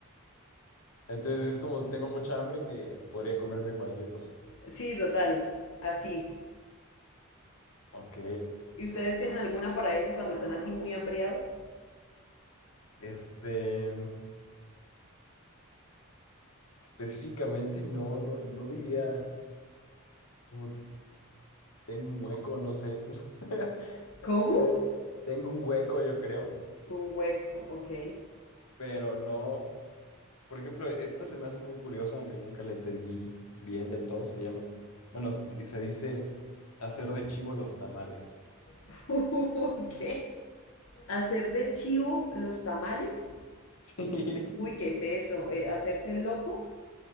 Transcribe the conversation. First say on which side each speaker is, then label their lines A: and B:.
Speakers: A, on the left; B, on the left.
A: Entonces es como tengo mucha hambre que podría comerme cualquier cosa.
B: Sí, total. Así.
A: Ok.
B: ¿Y ustedes tienen alguna para eso cuando están así muy hambreados?
A: Este, específicamente no, no, no diría como tengo un hueco, no sé. <laughs>
B: ¿Cómo?
A: Pero tengo un hueco, yo creo.
B: Un hueco, ok.
A: Pero no. Por ejemplo, esta se me hace muy curiosa, aunque nunca la entendí bien del todo. Se llama. Bueno, se dice, dice hacer de chivo los tamales.
B: <laughs> Ok. Hacer de chivo los tamales.
A: <laughs>
B: Uy, ¿qué es eso? Eh, ¿hacerse el loco?